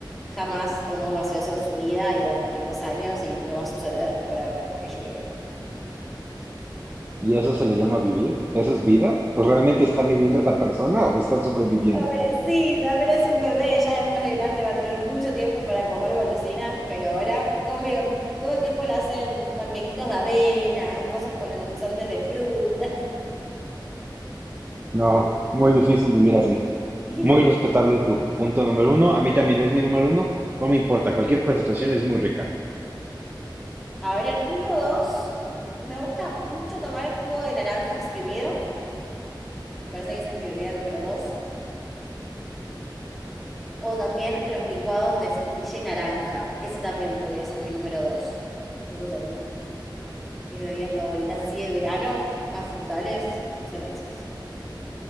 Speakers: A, in the centre; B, on the right.
A: jamás tomó gaseosa en su vida y va a cumplir dos años y no va a suceder por ahora, que yo creo.
B: ¿Y eso se le llama vivir? ¿Eso es vida? ¿O realmente está viviendo esa persona o no está sobreviviendo?
A: Pobrecita, pero es un bebé, ya después de grande va a tener mucho tiempo para comer golosinas, pero ahora come, todo el tiempo le hacen panquequitos de avena, cosas con endulzantes de fruta.
B: No, muy difícil vivir así.
A: <laughs>
B: Muy respetable tu punto número uno. A mí también es mi número uno. No me importa, cualquier presentación es muy rica.
A: A ver, el punto dos, me gusta mucho tomar el jugo de naranja exprimido, me parece que esa es mi bebida número dos, o también los licuados de frutilla y naranja, ese también podría ser mi número dos. Esas son mis bebidas favoritas así de verano, más frutales, son esas.